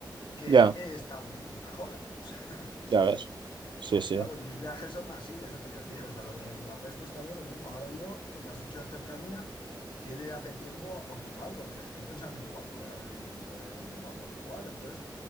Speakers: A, on the left (about 85°); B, on the right (about 75°).
A: que
B: Ya,
A: he estado en Kunmajora. <laughs> O sea, es-
B: ya
A: es-
B: ves. Sí, sí,
A: claro, y mis viajes son así, eso te quiero decir. O sea, lo de Budapest, pues también lo mismo. Ahora yo, lo que has dicho de cercanía, quiero ir hace tiempo a Portugal, porque estoy pensando que igual me voy a vivir dentro de un tiempo a Portugal. Entonces,